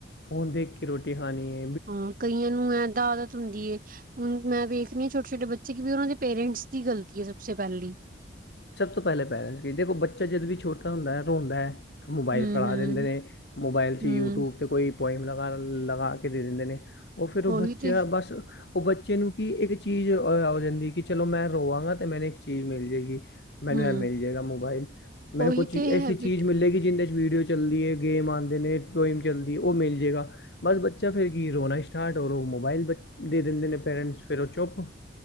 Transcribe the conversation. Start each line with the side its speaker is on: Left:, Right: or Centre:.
Left: ਫ਼ੋਨ ਦੇਖ ਕੇ ਰੋਟੀ ਖਾਨੀ ਏ।
Right: ਹਮ ਕਈਆਂ ਨੂੰ ਏਦਾਂ ਆਦਤ ਹੁੰਦੀ ਏ। ਹੁਣ ਮੈਂ ਵੇਖਨੀ ਛੋਟੇ-ਛੋਟੇ ਬੱਚੇ ਕਿ ਵੀ ਉਨਾਂ ਦੇ ਪੇਰੈਂਟਸ ਦੀ ਗਲਤੀ ਏ ਸਬਸੇ ਪੇਲੀ।
Left: ਸਭ ਤੋਂ ਪਹਿਲਾਂ ਪੇਰੈਂਟਸ ਕੀ ਦੇਖੋ ਬੱਚਾ ਜਦ ਵੀ ਛੋਟਾ ਹੁੰਦਾ ਏ ਰੋਂਦਾ ਐ। ਮੋਬਾਈਲ
Right: ਹਮ
Left: ਫੜਾ
Right: ਹਮ
Left: ਦਿੰਦੇ ਨੇ ਮੋਬਾਈਲ 'ਚ ਯੂਟਊਬ
Right: ਹਮ
Left: 'ਤੇ ਕੋਈ ਪੋਇਮ ਲਗਾ-ਲਗਾ ਕੇ ਦੇ ਦੇੰਦੇਂ ਨੇ ਔ ਫੇਰ ਔ ਬੱਚਾ
Right: ਉਹੀ ਤੇ
Left: ਬਸ ਔ ਬੱਚੇ ਨੂੰ ਕੀ ਇੱਕ ਚੀਜ਼ ਔ ਜਾਂਦੀ ਏ ਕਿ ਚਲੋ, ਮੈਂ ਰੋਵਾਂਗਾ ਤੇ ਮੈਨੂੰ ਇੱਕ ਚੀਜ਼ ਮਿਲ ਜੇਗੀ। ਮੈਨੂੰ
Right: ਹੂੰ
Left: ਐ ਮਿਲ ਜੇਗਾ ਮੋਬਾਈਲ। ਮੈਨੂੰ
Right: ਉਹੀ
Left: ਕੁਛ
Right: ਤੇ
Left: ਐਸੀ
Right: ਹੈਬਿਟ
Left: ਚੀਜ਼ ਮਿਲੇਗੀ ਜਿਂਦੇ 'ਚ ਵੀਡੀਓ ਚੱਲਦੀ ਏ, ਗੇਮ ਆਂਦੇ ਨੇ, ਟੋਇਮ ਚੱਲਦੀ ਏ, ਔ ਮਿਲ ਜੇਗਾ। ਬਸ ਬੱਚਾ ਫਿਰ ਕੀ ਏ, ਰੋਣਾ ਸਟਾਰਟ ਔਰ ਔ ਮੋਬਾਈਲ ਬ ਦੇ ਦਿੰਦੇ ਨੇ ਪੇਰੈਂਟਸ ਫਿਰ ਔ ਚੁੱਪ,